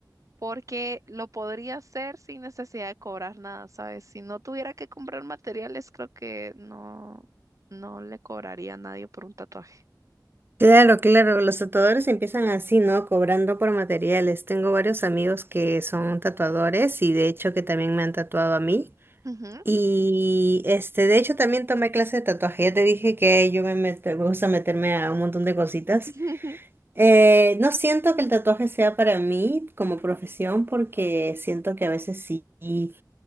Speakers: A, on the right; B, on the right.
A: porque lo podría hacer sin necesidad de cobrar nada, ¿sabes? Si no tuviera que comprar materiales, creo que no, no le cobraría a nadie por un tatuaje.
B: Claro, claro, los tatuadores empiezan así, ¿no? Cobrando por materiales. Tengo varios amigos que son tatuadores y de hecho que también me han tatuado a mí.
A: Ujú.
B: Y este, de hecho también tomé clase de tatuaje. Ya te dije que yo me, meto- me gusta meterme a un montón de cositas.
A: <laughs>
B: Eh, no siento que el tatuaje sea para mí como profesión porque siento que a veces sí, sí,